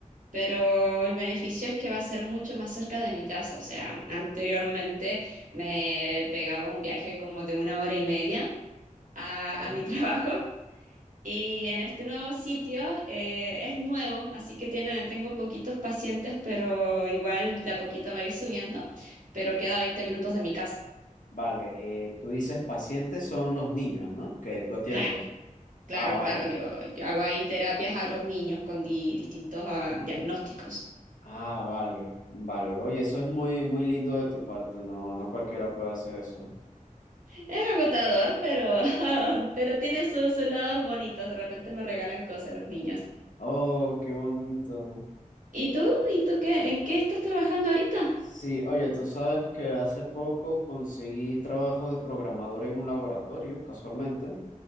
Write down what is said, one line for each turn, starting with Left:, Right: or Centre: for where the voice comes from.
Right: pero el beneficio es que va a ser mucho más cerca de mi casa, o sea, anteriormente me pegaba un viaje como de una hora y media a,
Left: Ok.
Right: a mi <laughs> trabajo. Y en este nuevo sitio eh, es nuevo, así que tiene, tengo poquitos pacientes, pero igual de a poquito va a ir subiendo, pero queda 20 minutos de mi casa.
Left: Vale, eh, tú dices pacientes son los niños, ¿no? Que tú atiendes.
Right: Claro, claro,
Left: Ah, vale.
Right: claro, yo, yo hago ahí terapias a los niños con di- distintos ah, diagnósticos.
Left: Ah, vale, vale. Oye, eso es muy, muy lindo de tu parte. No, no cualquiera puede hacer eso.
Right: Es agotador, pero, <laughs> pero tiene sus, sus lados bonitos, de repente me regalan cosas los niños.
Left: Oh, qué bonito.
Right: ¿Y tú? ¿Y tú qué? ¿En qué estás trabajando ahorita?
Left: Sí, oye, tú sabes que hace poco conseguí trabajo de programador en un laboratorio, casualmente.